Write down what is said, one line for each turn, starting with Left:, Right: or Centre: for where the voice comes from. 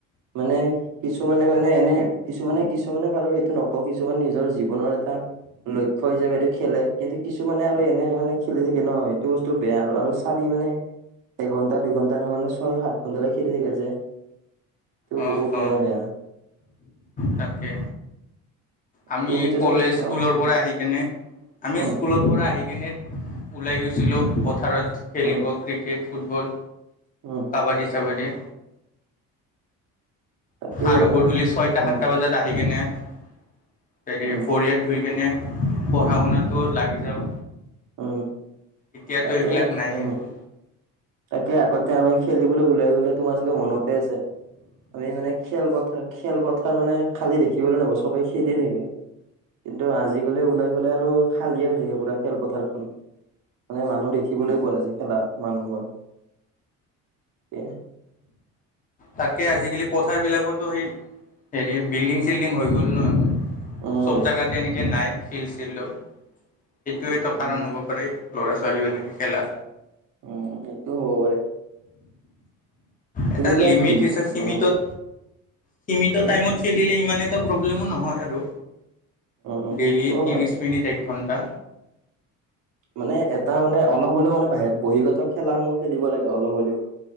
Right: মানে কিছুমানে মানে এনে কিছুমানে কিছুমানে বাৰু সেইটো নকওঁ কিছুমানে নিজৰ জীৱনৰ এটা লক্ষ্য হৈছে এইটো খেলে কিন্তু কিছু মানে আৰু এনে মানে খেলি থাকে ন এইটো বস্তু বেয়া আৰু আৰু চাৰি মানে এঘন্টা দুইঘণ্টা নহয় মানে ছয় সাত ঘণ্টা লৈ খেলি থেছে তেওঁ
Left: অ
Right: বহুত মনে
Left: অ
Right: বেয়া
Left: তাকে আমি
Right: তুমিতো
Left: কলেজ
Right: চাগে
Left: স্কুলৰ
Right: অ অ
Left: পৰা আহি কেনে আমি
Right: উম
Left: স্কুলৰ পৰা আহি কিনে ওলাই গৈছিলোঁ পথাৰত খেলিব
Right: উম
Left: ক্ৰিকেট ফুটবল
Right: উম
Left: কাবাডি চাবাডী
Right: তাকেই
Left: আৰু
Right: মানে
Left: গধূলি ছয়টা
Right: উম
Left: সাতটা বজাত আহি কেনে হেৰি
Right: উম
Left: ফৰিয়াত ধুই কেনে পঢ়া শুনাটো লাগি যাওঁ
Right: উম
Left: এতিয়াতো
Right: তাকে
Left: এইবিলাক নাইয়ে
Right: উ
Left: আৰু
Right: তাকে আগতে আমি খেলিবলৈ ওলাই গ'লে তোমাৰ চাগে মনতে আছে। আমি মানে খেলপথাৰ খেলপথাৰ মানে খালী দেখিবলৈ নাপাওঁ চবে খেলিয়ে থাকে। কিন্তু আজি গলে ওলাই গলে আৰু খালীয়ে হৈ থাকে পুৰা খেলপথাৰখন। মানে মানুহ দেখিবলৈ পোৱা নাই যে খেলা মানুহৰ। ক <inaudible>
Left: তাকে আজিকালি পথাৰ বিলাকতো সেই হেৰি বিল্ডিং চিল্ডিং হৈ গ'ল ন- <unintelligible>
Right: উম
Left: চব জেগাতে এনেকে নাই ফিল চো সেইটো এটো কাৰণ
Right: উম
Left: হ'ব পাৰে। ল'ৰা ছোৱালী এনেকৈ খেলা।
Right: উম সেইটো হ'ব পাৰে। তুমি
Left: এটা
Right: কিয়
Left: লিমিট
Right: টিভি
Left: হৈছে সীমিতত
Right: উম
Left: সীমিত
Right: উম
Left: টাইমত খেলিলে ইমানে- <unintelligible> একো প্ৰব্লেম নহয় আৰু
Right: উম
Left: দেলি
Right: সেইটোও
Left: তিৰীচ
Right: হয়
Left: মিলিট ঘণ্টা
Right: মানে এটা মানে অলপ হলেও মানে ব বহিগত খেলাস সমূহ খেলিব লাগে অলপ হ'লেও-